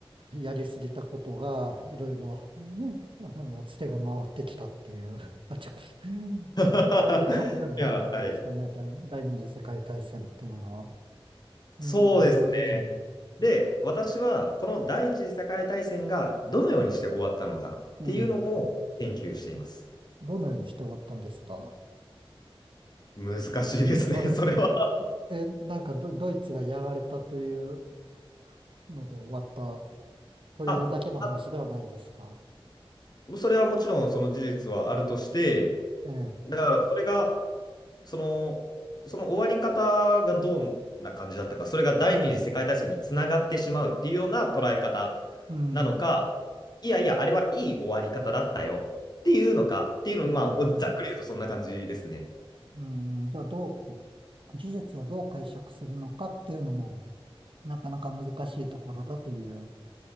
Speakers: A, on the right; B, on the left.
A: やりすぎたことがいろいろうん <laughs> あのツケが回ってきたっていう、あちこち、うんそういう側面もあるわけですかね。
B: <laughs> いや、はい。
A: 第、第二次世界大戦っていうのは。うん、
B: そうですね。
A: うん、
B: で、私はこの第一次世界大戦がどのようにして終わったのかっていうのを研究しています。
A: うん。どのようにして終わったんですか
B: 難しいですね、
A: ドイツ、
B: <laughs> それは。
A: え、なんかド、ドイツがやられたというので終わったというだけの話ではないんですか
B: あ、それはもちろんその事実はあるとして、
A: ええ。
B: だからそれが、その、その終わり方がどんな感じだったか、それが第二次世界大戦につながってしまうっていうような捉え方
A: うん、
B: なのか、いやいや、あれはいい終わり方だったよっていうのか、っていうの、
A: うん。
B: まあ、おざっくり言うとそんな感じですね。
A: うん、じゃあどう、事実をどう解釈するのかっていうのも、なかなか難しいところだという、